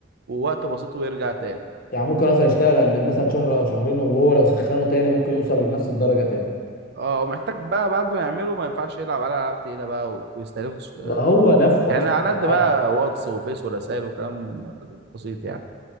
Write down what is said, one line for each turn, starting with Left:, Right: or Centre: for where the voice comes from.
Right: ووقت بسيط ويرجع تاني
Left: يعني ممكن مثلا يشتغل مثلا شهر او شهرين وهو لو سخنه تاني ممكن يوصل لنفس الدرجه تاني
Right: اه ومحتاج بقى بعد ما يعمله ما ينفعش يلعب على العاب تقيله بقى و- ويستهلكوا ش-
Left: ده هو نفخه
Right: يعني
Left: اصلا
Right: على قد
Left: العاب
Right: بقى واتس وفيس ورسائل وكلام بسيط يعني